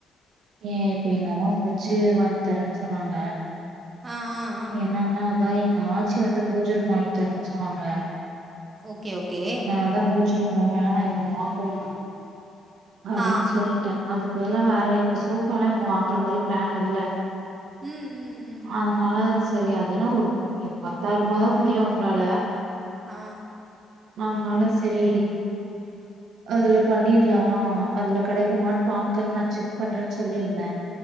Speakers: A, on the right (about 75°); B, on the right (about 35°).
A: ஏ இப்ப எங்க அம்மா பிரிட்ஜ்ஜூ வாங்கி தரேன் சொன்னாங்க
B: ஆ ஆ ஆ
A: என்னனா தா எங்க ஆச்சி வந்து பூஜ ரூம் வாங்கித்தரன் சொன்னாங்க
B: ஓகே ஓகே
A: நா அதா பூ ஜ ரூம்லா வேணா இவுங்க வாங்குவாங்க அப்டின்
B: ஆ
A: சொல்ட்டே அதுக் வதுலா வேறக் இப்போ சோஃபாலா இவுங்க வாங்கற மாரிப் பிளேனே இல்ல
B: ம் ம் ம்
A: அதனால செரி அதுனா ஒருப் இப் பத்தாயிரபாதா முடியு அவுங்ளால
B: ஆ
A: மாங்னால செரி அதுலேப் பண்ணிர்லா அதுல கடைக்குமான் பாக்கன் நா செக் பண்றேன் சொல்லிருந்தே